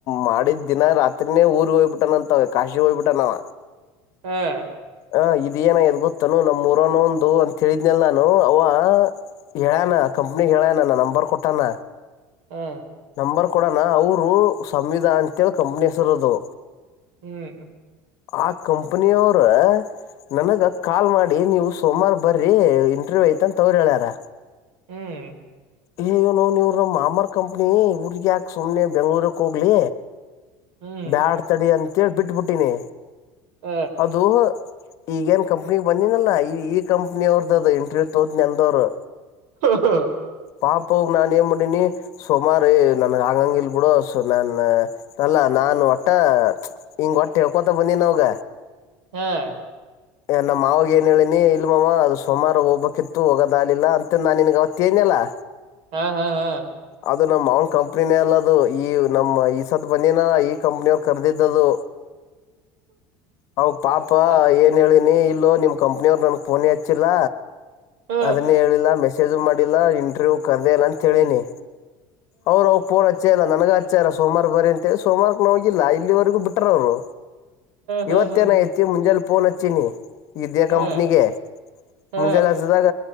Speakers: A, on the left; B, on the right.
A: ಮಾಡಿದ್ ದಿನಾರಿನೇ ಊರಿಗೆ ಹಯ್ಬಿಟ್ಟಾನ ಅಂತವ ಕಾಶಿ ಹೋಯ್ಬಿಟ್ಟನವ
B: ಹ್ಮ್
A: ಹಾ ಇ ಇದ ನ ಎದ್ ಗೊತ್ತಾನ ನಮ್ಮೂರನ ಒಂದು ಅಂತ ಹೇಳಿದ್ನಲ್ಲ ನಾನು ಅವ ಹೇಳಣ ಕಂಪ್ನಿಿಗೆ ಹೇಳಣ ನ ನಂಬರ್ ಕೊಟ್ಟಾನ
B: ಹ್ಮ
A: ನಂಬರ್ ಕೊಡೋಣ ಅವರು ಸಂವಿಧಾನಂತೇಳಿ ಕಂಪ್ನಿ ಹೆಸರೋದು
B: ಹ್ಮ್
A: ಆ ಕಂಪನಿಯವ್ರ ನನಗ ಕಾಲ್ ಮಾಡಿ ನೀವು ಸೋಮಾರ ಬರ್ರೀ ಇಂಟ್ರವ್ಯೂ ಐತ ಅಂತ ಅವವ್ರ ಹೇಳ್ಯಾರ
B: ಹ್ಮ್
A: ಯ್ಯ ನೋನ್ ಇವ್ರ ನಮ್ಮ ಮಾಮಾರ್ ಕಂಪ್ನಿ ಇವರ್ಗ್ಯಾಾಕ ಸುಮ್ನೆ ಬೆಂಗ್ಳೂರ್ಕ್ ಹೋಗ್ಲಿ
B: ಹ್ಮ್
A: ಬ್ಯಾಡ್ ತಡಿ ಅಂತ ತಿೇಳಳ್ಿ ಬಿಟ್ಬಿಟ್ಟೀನಿ
B: ಹ
A: ಅದು ಈಗೇನ್ ಕಂಪ್ನಿ ಬಂದಿನಲ್ಲಾ ಈ ಈ ಕಂಪ್ನಿ ಅವ್ರದ್ದದು ಇಂಟ್ರವ್ಯೂ ತೋದ್ ನೆಂದವ್ರು
B: ಹಾ ಹಾ
A: ಪಾಪ ಹೋಗ ನಾನು ಏನ್ ಮಾಡೀಿನಿ ಸುಮಾರು ನನ್ಗೆ ಆಗಂಗ ಇಲ್ ಬಿಿಡು ಸೊ ನಾನ ಅಲ್ಲ ನಾನು ಒಟ್ಟ ಹಿಂಗ ಹೊಟ್ಟೆ ಯಕೋತ ಬಂದೀನಿ ಅವಾಗ
B: ಹ್ಮ್
A: ಏ ನಮ್ಮ್ ಮಾವಾಗ ಏನ್ ಹೇಳಿನಿ ಇಲ್ ಮಾವ ಅದು ಸುಮಾರು ಹೋಗ್ಬೇಕಿತ್ತು ಹೋಗದಾಲಿಲ್ಲ ಅಂತ ನಾನ್ ನಿನ್ಗ ಅವತ್ತ ಏನಯಲ್ಲಾ
B: ಹಾ ಹಾ ಹಾ
A: ಅದು ನಮ್ಮ ಅವ್ನ ಕಂಪ್ನಿನೇ ಅಲ್ಲದು ಈ ನಮ್ಮ ಈ ಸತ್ತು ಬಂದನ ಈ ಕಂಪ್ನಿಯ ಅವ್ರು ಕರೆದಿದ್ದದು ಹ ಪಾಪ
B: ಹಾ
A: ಏ ನೀ ಇಲ್ಲೋ ನಿಮ್ ಕಂಪ್ನಿಯ ಅವರು ನನ್ಗ್ ಫೋನ ಹಚ್ಚಿಲ್ಲ
B: ಹ
A: ಅದನ್ನೇ ಹೇಳಿಲ್ಲ ಮೆ ಸೇಜು ಮಾಡಿಲ್ಲ ಇಂಟ್ರವ್ಯೂ್ ಕರೆದೇ ಇಲ್ಲ ಅಂತೇಳೀನಿ ಅವ್ರ ಅವ ಪೂರ್ ಅಚ್ಚೆ ಇಲ್ಲ ನನಗ ಆಚಾರ ಸೋಮವಾರ ಬರ ಅಂತೆ ಸೋಮವಾರಕ್ಕೆ ನ ಹೋಗಿಲ್ಲ ಇಲ್ಲಿವರೆಗೂ ಬಿಟ್ರ ಅವ್ರು
B: ಹ ಹ
A: ಇವತ್ತೇನ
B: ಹ ಹ
A: ಎತ್ತಿ ಮುಂಜೆಲ್ ಪೊಲೆ ಚನ್ನಿ ವಿದ್ಯಾ
B: ಹ ಹ
A: ಕಂಪನಿಗೆ
B: ಹಾ
A: ಮುಂಜೆಲ್ಲ ಹಸದಾಗ